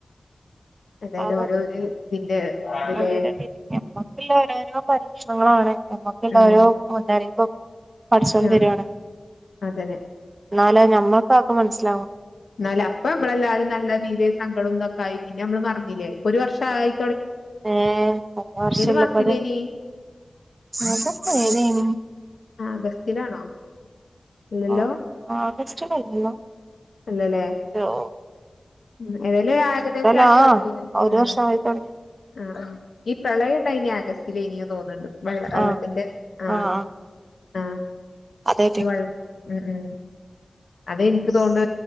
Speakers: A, on the left (about 80°); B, on the right (about 45°).
A: ഏതായാലും
B: പാവം
A: ഓരോര് ഇതിന്റെ ഇതിലെ
B: ഓരോരോ രീതി നമ്മക്കുള്ള ഓരോരോ പരീക്ഷണങ്ങളാണ് നമ്മക്കുള്ള
A: ഉം
B: ഓരോ മുന്നറിയിപ്പ് പടച്ചോൻ തരുവാണ്
A: ആഹ് അതന്നെ
B: എന്നാല ഞമ്മൾക്കതക്കെ മനസ്സിലാ
A: എന്നാലേ അപ്പൊ നമ്മള് എല്ലാരും നല്ല തില് സങ്കടംന്നൊക്കെ ആയി പിന്നെ നമ്മള് മറന്നില്ലേ ഒരു വർഷ ആയ്
B: ഏ ഒരുവർഷല്ലപ്പ
A: മാസത്തിലേനി
B: അത് അതിപ്പ ഏതനി
A: ആഗസ്റ്റിലാണോ ഇല്ലല്ലോ
B: ആ ആഗസ്റ്റ് ആല്ലാല്ലോ
A: അല്ലല്ലേ
B: ഒരു
A: ഉം ഏതായലും ഒരു ഏകദേശം ആയിത്തൊടങ്ങിയന്
B: ആ ഒരു
A: ഉം
B: വർഷം ആയി തുടങ്ങി
A: ആ ആ ഈ പ്രളയം ഉണ്ടായിനി ആഗസ്റ്റില ഇനി തോന്നുന്നുണ്ട് വെള്ള വെള്ളത്തിന്റെ
B: ആ
A: ആഹ
B: ആ ആ
A: ആ
B: അതായിട്ട്
A: അത് വെള്ള ഉം ഉം അത് എനിക്ക് തോന്നു